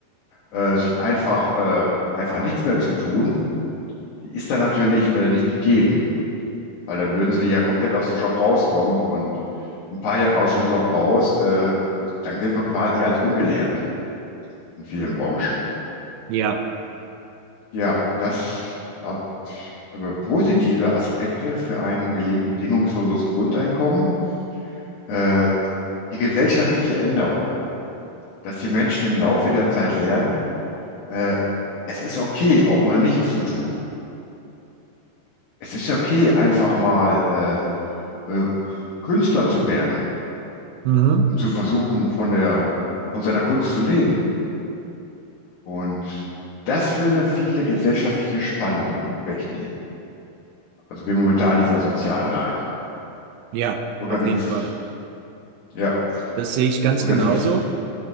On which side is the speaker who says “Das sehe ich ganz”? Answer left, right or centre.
Right